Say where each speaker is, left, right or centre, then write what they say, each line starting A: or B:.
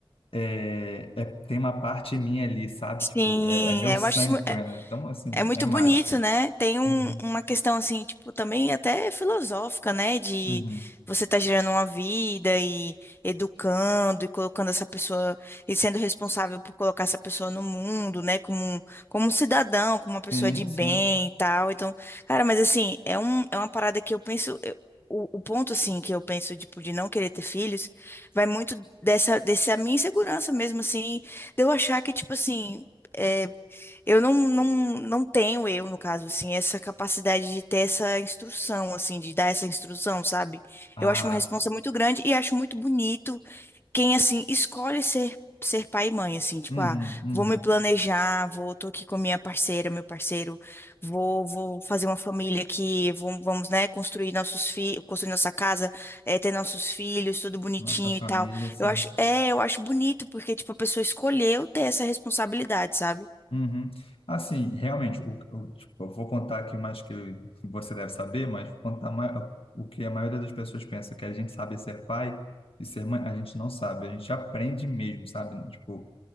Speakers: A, on the left; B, on the left.
A: é, é- tem uma parte minha ali, sabe?
B: Sim,
A: Tipo, é, é meu
B: é,
A: sangue
B: eu acho isso.
A: correndo. Então, assim,
B: É muito
A: é mágico.
B: bonito, né? Tem um-
A: Uhum,
B: uma questão assim, tipo, também até filosófica, né? De
A: uhum.
B: você estar gerando uma vida e educando e colocando essa pessoa e sendo responsável por colocar essa pessoa no mundo, né? Como, um- como um cidadão, como uma
A: Sim,
B: pessoa de bem
A: sim.
B: e tal. Então, cara, mas assim, é um, é uma parada que eu penso. eu- o, o ponto, assim, que eu penso, tipo, de não querer ter filhos, vai muito dessa, dessa minha insegurança mesmo, assim, de eu achar que, tipo assim. é, eu não, não, não tenho eu, no caso, assim, essa capacidade de ter essa instrução, assim, de dar essa instrução, sabe?
A: Ah,
B: Eu acho uma responsa muito grande e acho muito bonito quem, assim, escolhe ser, ser pai e mãe, assim, tipo,
A: uhum,
B: ah,
A: uhum.
B: vou me planejar, vou, tô aqui com minha parceira, meu parceiro, vou, vou fazer uma família aqui, vamos, vamos, né, construir nossos filhos, construir nossa casa, eh, ter nossos filhos, tudo bonitinho
A: Nossa família,
B: e tal.
A: sim.
B: Eu acho, é, eu acho bonito, porque, tipo, a pessoa escolheu ter essa responsabilidade, sabe?
A: Uhum. Assim, realmente, o, o- tipo, eu vou contar aqui mais que eu- você deve saber, mas vou contar ma- o que a maioria das pessoas pensa, que a gente sabe ser pai e ser mãe, a gente não sabe, a gente aprende mesmo, sabe? Tipo,